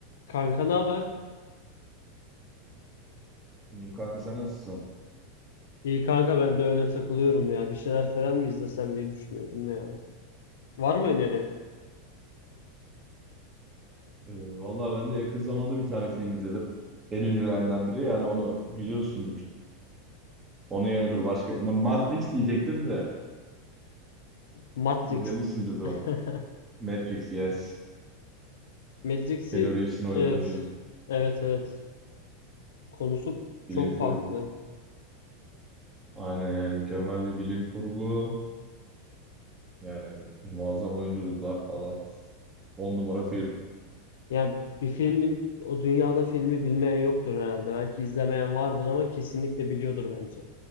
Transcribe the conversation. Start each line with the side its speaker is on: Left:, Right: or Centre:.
Left: Kanka ne haber?
Right: İyiyim kanka sen nasılsın?
Left: İyi kanka ben de öyle takılıyorum ya. Bir şeyler falan mı izlesem diye düşünüyordum ya. Var mı öneri?
Right: Ee, vallahi ben de yakın zamanda bir tane film izledim. En ünlülerinden biri yani onu biliyorsundur. Onun yerine dur başka. Ma- Matrix diyecektim de
Left: Matrix.
Right: izlemişsindir onu.
Left: <laughs>
Right: Matrix yes.
Left: Matrix'i
Right: Keanu Reeves'in oynadığı
Left: evet.
Right: film.
Left: Evet evet. Konusu
Right: Bilim
Left: çok
Right: kur
Left: farklı.
Right: aynen yani mükemmel bir bilim kurgu. Yani muazzam oyunculuklar falan. On numara film.
Left: Yani bir filmin o dünyada filmi bilmeyen yoktur herhalde. Belki izlemeyen vardır ama kesinlikle biliyordur bence.